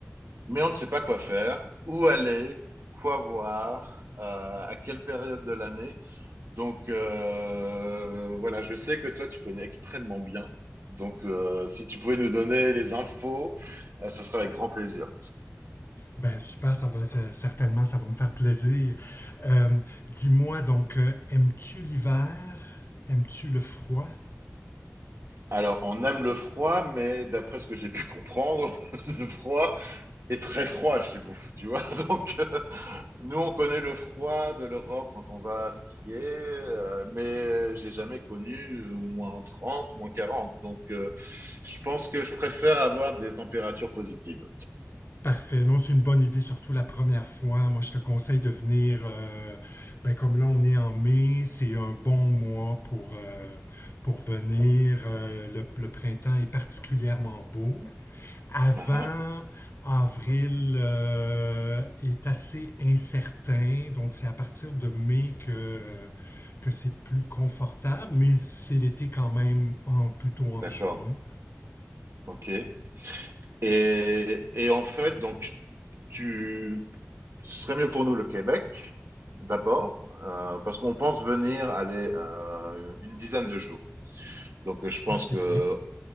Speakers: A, on the right; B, on the left.
A: mais on ne sait pas quoi faire, où aller, quoi voir, euh, à quelle période de l'année. Donc euh, voilà, je sais que toi, tu connais extrêmement bien. Donc euh, si tu pouvais nous donner les infos, euh, ce serait avec grand plaisir.
B: Ben super, ça va ça- certainement, ça va me faire plaisir. Euh, Dis-moi donc, euh, aimes-tu l'hiver? Aimes-tu le froid?
A: Alors, on aime le froid, mais d'après ce que j'ai pu comprendre, <laughs> le froid, et très froid chez vous, tu vois. <laughs> Donc, euh, nous, on connaît le froid de l'Europe quand on va skier, euh, mais j'ai jamais connu euh, moins 30, moins 40. Donc, euh, je pense que je préfère avoir des températures positives.
B: Parfait. Non, c'est une bonne idée, surtout la première fois. Moi, je te conseille de venir. euh, ben, comme là, on est en mai, c'est un bon mois pour, euh, pour venir. Euh, le, le printemps est particulièrement beau. avant
A: Ah, ah,
B: avril euh, est assez incertain, donc c'est à partir de mai que, que c'est plus confortable, mais c'est l'été quand même en, plutôt
A: D'accord.
B: en juin.
A: OK. Et, et en fait, donc, tu, ce serait mieux pour nous le Québec, d'abord, euh, parce qu'on pense venir aller euh, une dizaine de jours. Donc, euh, je pense
B: Ah, c'est
A: que
B: bien.